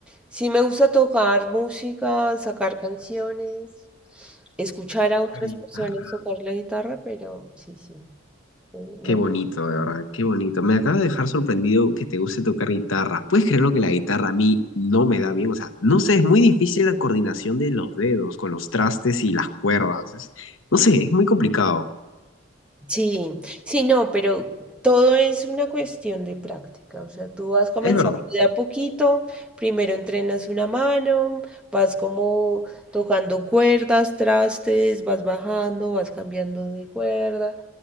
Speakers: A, in the centre; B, on the left.
A: sí me gusta tocar música, sacar canciones, escuchar a otras
B: Guitarra.
A: personas tocar la guitarra, pero sí, sí, eh,
B: Qué
A: me
B: bonito, de verdad, qué bonito. Me acaba de dejar sorprendido que te guste tocar guitarra. ¿Puedes creerlo que la guitarra a mí no me da bien? O sea, no sé, es muy difícil la coordinación de los dedos con los trastes y las cuerdas. Es- no sé, es muy complicado.
A: Sí, sí, no, pero todo es una cuestión de práctica. O sea, tú vas comenzando
B: Es verdad.
A: de a poquito, primero entrenas una mano, vas como tocando cuerdas, trastes, vas bajando, vas cambiando de cuerda.